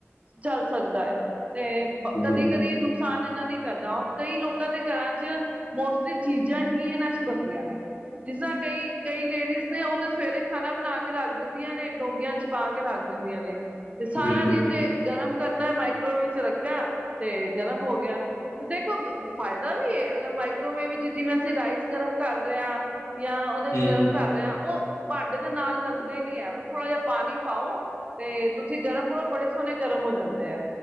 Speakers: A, on the right; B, on the left.
A: ਚੱਲ ਸਕਦਾ ਏ, ਤੇ ਪ ਕਦੀ-ਕਦੀ
B: ਜੀ
A: ਨੂੰ ਨੁਕਸਾਨ ਏਨਾਂ ਨੀ ਕਰਦਾ ਔਰ ਕਈ ਲੋਕਾਂ ਦੇ, ਘਰਾਂ 'ਚ ਮੋਸਟਲੀ ਚੀਜਾਂ ਹੀ ਏਨਾਂ 'ਚ ਬਨਦੀਆਂ ਨੇ। ਜਿਸਰਾਂ ਕਈ, ਕਈ ਲੇਡੀਜ਼ ਨੇ ਓ ਤਾਂ ਸਵੇਰੇ ਖਾਨਾ ਬਨਾ ਕੇ ਰੱਖ ਦਿੰਦੀਆਂ ਨੇ ਡੋਂਗੀਆਂ 'ਚ ਪਾ ਕੇ ਰੱਖ ਦਿੰਦੀਆਂ ਨੇ ਤੇ ਸਾਰਾ
B: ਬਿਲਕੁਲ
A: ਦਿਨ ਜੇ ਗਰਮ ਕਰਨੈ ਮਾਈਕਰੋਵੀ 'ਚ ਰੱਖਿਆ ਤੇ ਗਰਮ ਹੋ ਗਿਆ। ਤੇ ਦੇਖੋ ਫਾਏਦਾ ਵੀ ਏ ਅਗਰ ਮਾਈਕ੍ਰੋਵੇਵ ਵਿੱਚ ਜਿਵੇਂ ਅਸੀ ਰਾਈਸ ਗਰਮ ਕਰ ਰੇ ਆਂ ਯਾਂ ਓਦੇ
B: ਹੂੰ,
A: 'ਚ ਗਰਮ ਕਰ ਰੇ ਆਂ। ਓ ਭਾਂਡੇ ਦੇ ਨਾਲ ਲੱਗਦੇ ਨੀ ਐ, ਬ ਥੋੜਾ ਜਾ ਪਾਨੀ ਪਾਓ ਤੇ ਤੁਸੀ ਗਰਮ ਕਰੋ। ਬੜੇ ਸੋਨੇ ਗਰਮ ਹੋ ਜਾਂਦੇ ਐ।